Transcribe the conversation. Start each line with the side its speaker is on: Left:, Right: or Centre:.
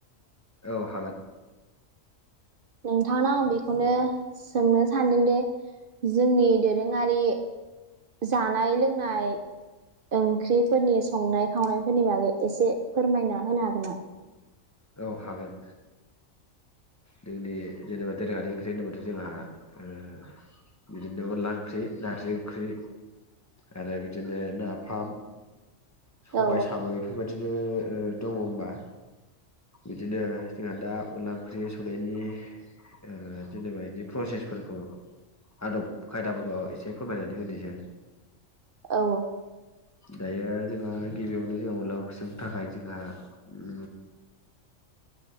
Left: औ हागोन।
Right: नोंथांनाव आं बेखौनो सोंनो सान्दोंदि जोंनि दोरोङारि जानाय लोंनाय ओंख्रिफोरनि संनाय खावनायफोरनि बागै एसे फोरमायना होनो हागोन नामा?
Left: औ हागोन। जोंनि जेनेबा दोरोङारि ओंख्रि होनोबथाय जोंहा ओ बिदिनो अनला ओंख्रि, नारजि ओंख्रि, आरो बिदिनो नाफाम सबाय
Right: औ
Left: साम' बेफोरबाय दिनो ओ दङ होमबा बिदिनो जोंहा दा अनला ओंख्रि संनायनि ओ जेनेबा बिदि प्रसेसफोरखौ आदब खायदाफोरखौ एसे फोरमायनानै होनोसै।
Right: औ
Left: दायो जोंहा गिबियावनो जोंहा अनला ओंख्रि संनो थाखाय जोंहा ओ